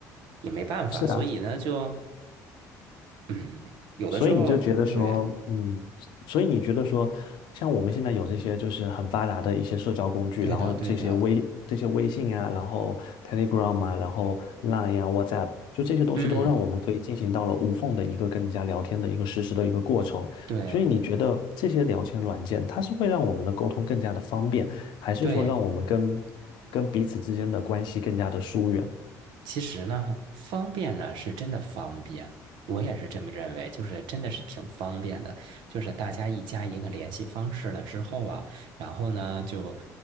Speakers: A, on the right; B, on the left.
A: 也没办法，
B: 是的。
A: 所以呢，就嗯，有的时候，
B: 所以你就觉得说，
A: 对，
B: 嗯，所以你觉得说，像我们现在有这些就是很发达的一些社交工具，
A: 对的，
B: 然后这些微这些微信啊，
A: 对的，
B: 然后 Telegram 啊，然后 Line 啊，WhatsApp，就这些东西都让我们可以进行到了无缝的一个跟人家聊天的一个实时的一个过程。
A: 嗯，对
B: 所以你觉得这些聊天软件，它是会让我们的沟通更加的方便，还是说让我们跟跟彼此之间的关系更加的疏远？
A: 对。其实呢，方便呢是真的方便，我也是这么认为，就是真的是挺方便的。就是大家一加一个联系方式了之后啊，然后呢就